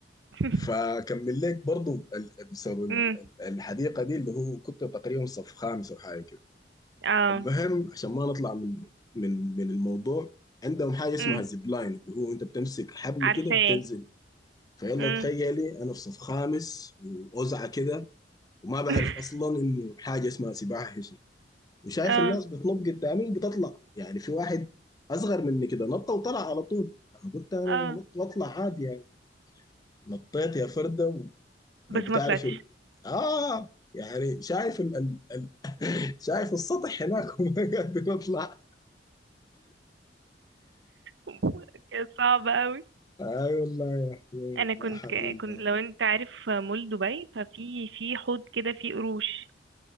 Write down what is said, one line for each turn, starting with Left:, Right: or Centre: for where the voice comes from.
Right: <laughs>
Left: فكمل لك برضو ال- بسبب ال-
Right: امم
Left: ال- الحديقة دي اللي هو كنت تقريبا صف خامس أو حاجة كده
Right: اه
Left: المهم عشان ما نطلع من من من الموضوع عندهم حاجة اسمها
Right: امم
Left: زيب لاين اللي هو أنت بتمسك حبل
Right: عارفاه
Left: كده وبتنزل فيلا
Right: امم
Left: تخيلي أنا في صف خامس وأوزعة كده وما بعرف
Right: <laughs>
Left: أصلا إنه حاجة اسمها سباحة وشايف
Right: اه
Left: الناس بتنط قدامي وبتطلع يعني في واحد اصغر مني كده نط وطلع على طول انا قلت انا
Right: اه
Left: نط واطلع عادي يعني نطيت يا فرده ولو
Right: بس
Left: بتعرف
Right: ما طلعتش
Left: ال... اه يعني شايف ال... ال- شايف السطح هناك <laughs> وما قادر اطلع
Right: <laughs> كانت صعبة
Left: اي والله يا اخي
Right: انا كنت
Left: لا حول
Right: ك-
Left: الله
Right: كنت لو انت عارف مول دبي ففي في حوض كده فيه قروش